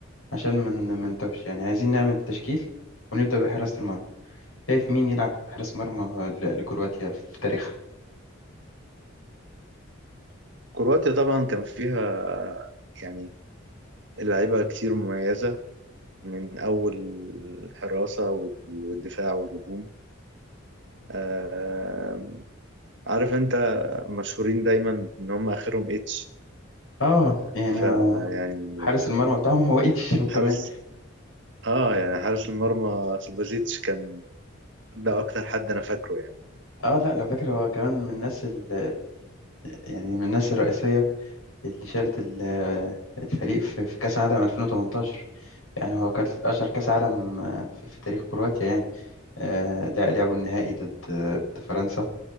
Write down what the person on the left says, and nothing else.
عشان من منتوهش يعني عايزين نعمل تشكيل ونبدأ بحراسة المرمى شايف مين يلعب حارس مرمى ل- لكرواتيا في تاريخها
اه يعني
حارس المرمى بتاعهم هو ايتش <laughs> وكمان
اه لا لو فاكر هو كمان من الناس ال يعني من الناس الرئيسية اللي شالت ال- الفريق في في كأس العالم 2018 يعني هو كان أشهر كأس عالم في في تاريخ كرواتيا يعني آه، لا لعبوا النهائي ضد ضد فرنسا